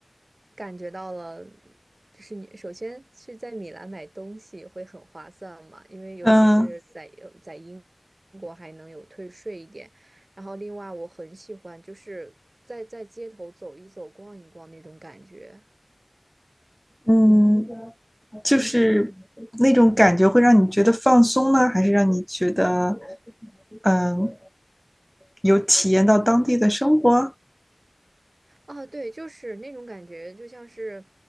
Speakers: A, on the right (about 65°); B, in the centre.
A: 感觉到了，就是你首先是在米兰买东西会很划算嘛，因为尤其是在呃在英
B: 嗯
A: 国还能有退税一点，然后另外我很喜欢就是在在街头走一走、逛一逛那种感觉。
B: 嗯，就是那种感觉会让你觉得放松呢，还是让你觉得嗯有体验到当地的生活？
A: 哦，对，就是那种感觉，就像是